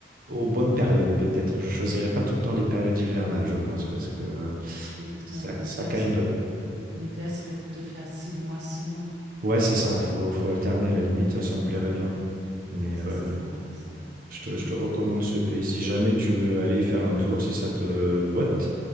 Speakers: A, on the right; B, on the right.
A: aux bonnes périodes peut-être. Je choisirais pas tout le temps les périodes hivernales, je pense, parce que euh,
B: Et-
A: ça,
B: ouais, L'idéal
A: ça caille un peu.
B: l'idéal serait de faire six mois, six mois.
A: Ouais, c'est ça, faut, faut alterner à la limite, ça, ça me plairait bien. Mais
B: Ouais, ça,
A: euh,
B: c'est sympa, ça.
A: Je te,
B: C'est
A: je
B: une
A: te recommande
B: bonne-
A: ce pays. Si jamais tu veux aller y faire un tour, si ça te botte,